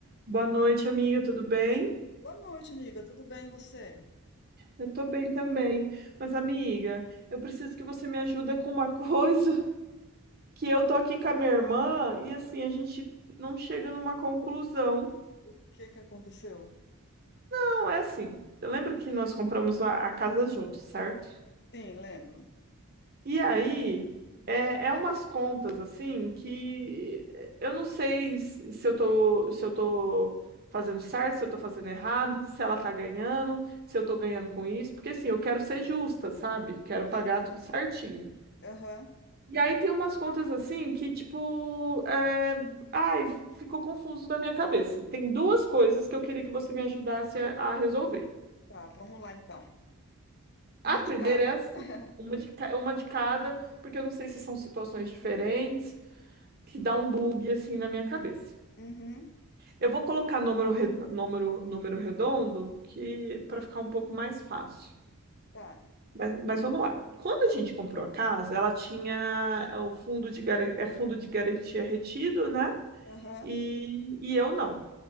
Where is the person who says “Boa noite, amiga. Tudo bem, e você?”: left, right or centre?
Left